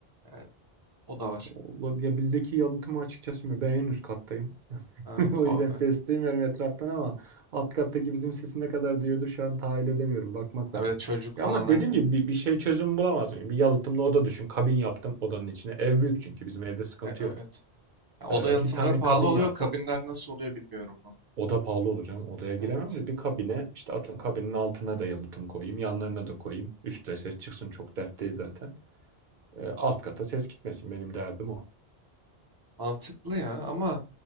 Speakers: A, on the right (about 25°); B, on the right (about 50°).
A: Yani o da var.
B: Ola- Ya bizdeki yalıtımı açıkçası bilmiyorum. ben en üst kattayım.
A: Evet
B: <laughs> O
A: o.
B: yüzden ses
A: e.
B: duymuyorum etraftan ama alt kattaki bizim sesi ne kadar duyuyordur şu an tahayyül edemiyorum. Bakmak
A: Ha,
B: lazım.
A: bir de çocuk
B: Ya
A: falan
B: ama
A: aynı.
B: dediğim gibi bir, bir şey çözüm bulamaz mıyım? Bir yalıtımlı oda düşün. Kabin yaptım odanın içine. Ev büyük çünkü bizim evde sıkıntı
A: E, e, evet.
B: yok.
A: Ha, oda
B: Ee,
A: yalıtımları
B: bir tane
A: pahalı
B: kabin
A: oluyor.
B: yaptım.
A: Kabinler nasıl oluyor bilmiyorum vallahi.
B: Oda pahalı olur canım. Odaya giremem
A: Evet.
B: de bir kabine işte atıyorum kabinin altına da yalıtım koyayım. Yanlarına da koyayım. Üstte ses çıksın çok dert değil zaten. Ee, alt kata ses gitmesin benim derdim o.
A: Mantıklı ya ama